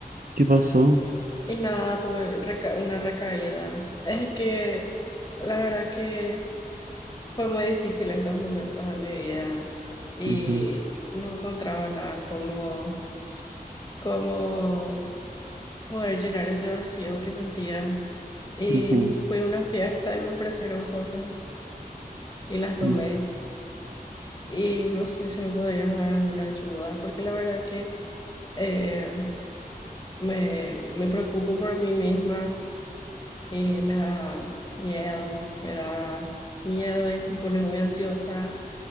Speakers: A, on the right; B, on the left.
A: ¿Qué pasó?
B: Y nada, tuve reca- una recaída. Es que la verdad que... Fue muy difícil estos momentos de mi vida y
A: Ujú,
B: no encontraba nada como, como poder llenar ese vacío que sentía. Y
A: ujú,
B: fui a una fiesta y me ofrecieron cosas y las tomé.
A: ujú,
B: Y no sé si me podrías dar alguna ayuda, porque la verdad que eh, me, me preocupo por mí misma y me da miedo, me da miedo y me pone muy ansiosa.